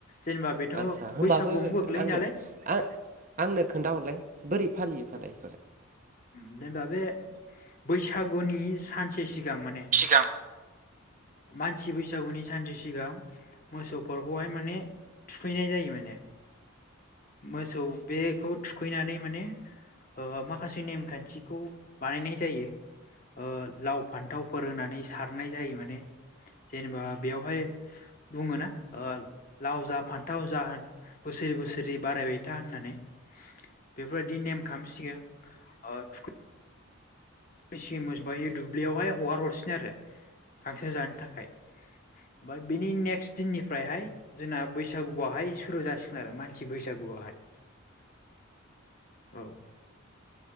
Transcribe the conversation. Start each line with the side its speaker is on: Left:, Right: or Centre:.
Left: जेनेबा बेथ'
Right: आदसा होमबाबो
Left: बैसागुआवनो गोग्लैयो
Right: आंनो
Left: नालाय
Right: आं आंनो खोन्थाहरलाय बोरै फालियो फालाय?
Left: ओम जेनेबा बे बैसागुनि सानसे सि सिगां माने
Right: सिगां
Left: मानसि बैसागुनि सानसे सिगां मोसौफोरखौहाय माने थुखैनाय जायो माने मोसौ बेखौ थुखैनानै माने ओ माखासे से नेमखान्थिखौ बानायनाय जायो ओ लाव फान्थावफोर होनानै सारनाय जायो माने जेनेबा बेवहाय बुङोना ओ लाव जा फान्थाव जा बोसोरै बोसोरै बारायबाय था होननानै। बेफोरबायदि नेम खामसि‌यो ओ थुखै मेसे मोजबाय दुब्लियावहाय हगार हरसिनो आरो गांसो जानो थाखाय ओमफाय बेनि नेक्स्ट दिननिफ्रायहाय जोंना बैसागुआहाय सुरु जासिगोन आरो मानसि बैसागुआहाय औ।